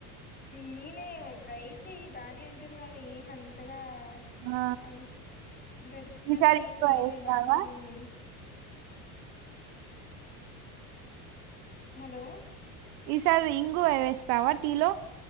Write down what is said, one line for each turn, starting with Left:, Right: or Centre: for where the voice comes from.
Left: మీనే ట్రై చె ఈ బనీ అ అంటంది కద ఏం అంతగా
Right: ఆ
Left: అంత దరిద్రంగా
Right: ఈసారి
Left: ఏం
Right: ఇంగువ
Left: లేలే
Right: వేస్తావా
Left: బాగానే ఉన్నాంది కాని హలో
Right: సార్ ఇంగువా వ్య వేస్తావా టిలో